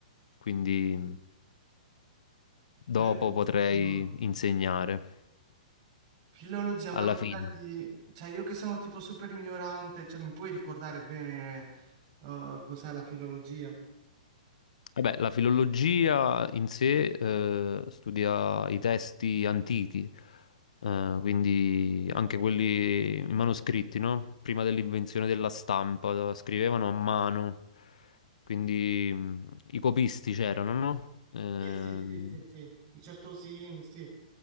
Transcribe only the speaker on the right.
bellissimo.
Filologia,
ma dai,
senti, cioè io che sono tipo super ignorante, cioè mi puoi ricordare bene eh, cos'è la filologia?
Sì, sì, sì, sì, sì. I certosini, sì.